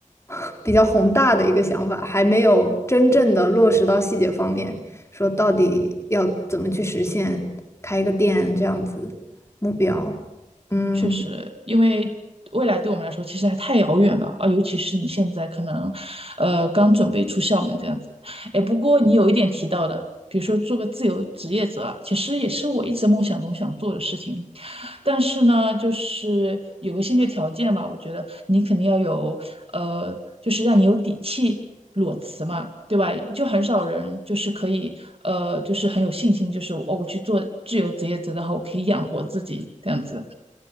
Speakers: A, on the left; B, on the right.
A: <laughs> 比较宏大的一个想法，还没有真正的落实到细节方面，说到底要怎么去实现开一个店这样子目标。嗯，
B: 确实，因为未来对我们来说其实还太遥远了啊，尤其是你现在可能，呃，刚准备出校门这样子。哎，不过你有一点提到的，比如说做个自由职业者啊，其实也是我一直梦想中想做的事情。但是呢，就是有个先决条件吧，我觉得你肯定要有，呃，就是让你有底气裸辞嘛，对吧？就很少人就是可以，呃，就是很有信心，就是哦，我去做自由职业者，然后我可以养活自己这样子。